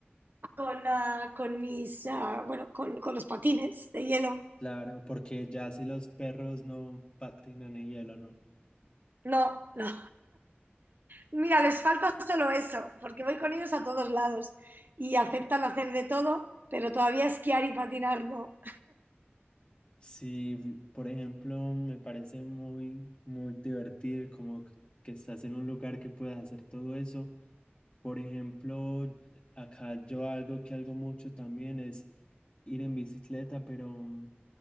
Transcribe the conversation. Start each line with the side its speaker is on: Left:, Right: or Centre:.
Right: con, ah, con mis, ah, bueno, con, con los patines de hielo.
Left: Claro, porque ya si los perros no patinan en hielo, ¿no?
Right: No, no. Mira, les falta solo eso, porque voy con ellos a todos lados y aceptan hacer de todo, pero todavía esquiar y patinar no.
Left: Sí, por ejemplo, me parece muy, muy divertido y como que que estás en un lugar que puedas hacer todo eso. Por ejemplo, acá yo algo que hago mucho también es ir en bicicleta, pero